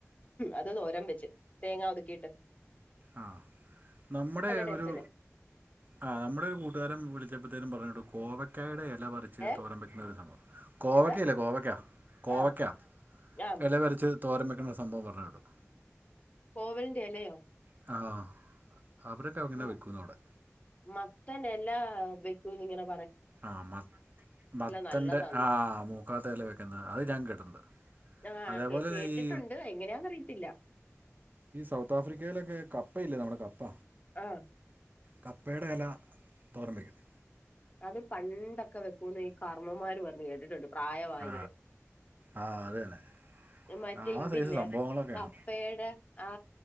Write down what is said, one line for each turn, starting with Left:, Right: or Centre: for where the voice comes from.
Left: അത് തൊരംവെച്ച് തേങ്ങ ഒതുക്കിട്ട്
Right: ആ നമ്മുടെ
Left: ടേസ്റ്റ്
Right: ഒരു
Left: അല്ലേ
Right: ആ നമ്മുടെ ഒരു കൂട്ടുകാരൻ വിളി <unintelligible> കോവക്കായുടെ ഇലപറിച്ച്
Left: ഏഹ്
Right: തോരൻ വയ്ക്കുന്ന വിധം കോവയ്ക്കല്ലേ
Left: എന്താ
Right: കോവയ്ക്കാ കോവയ്ക്കാ
Left: ആഹ് ആഹ്
Right: ഇല പറിച്ച് തോരംവെക്ക്ണ സംഭവം പറഞ്ഞ് കേട്ടിട്ടുണ്ട്
Left: കോവെലിന്റെ എലയോ
Right: ആ അവരൊക്കെ അങ്ങനെ
Left: ഉം
Right: വെക്കുന്നു അവിടെ
Left: മത്തനെല്ലാ വെക്കുവാനിങ്ങനെ
Right: ആ മ മത്തന്റെ
Left: നല്ലതാന്ന്
Right: ആഹ മൂക്കാത്തല വെക്കുന്നത് അത് ഞാൻ കിട്ടണ്ട്
Left: ആഹ്
Right: അതേപോലെ
Left: കേ
Right: തന്നെ
Left: കേട്ടിട്ടുണ്ട്
Right: ഈ
Left: എങ്ങനെയാന്നറിയത്തില്ല
Right: ഈ സൗത്ത് ആഫ്രിക്കയിലൊക്കെ കപ്പയില്ലേ നമ്മുടെപ്പ പ്പ
Left: ആഹ
Right: കപ്പയുടെ ഇല തോരമ്പവെക്കും
Left: അത് പണ്ടൊക്കെ വെക്കുംന്ന് ഈ കർണവൻ മാര് പറഞ്ഞ കേട്ടിട്ട് എടുക്കും പ്രായമായ
Right: ആ
Left: വരും
Right: ആ അത് തന്നെ
Left: മറ്റേ
Right: ആ
Left: ഇതില്ല
Right: സൈസ് സംഭവങ്ങളൊക്കെയാണ്
Left: കപ്പയുടെ ആ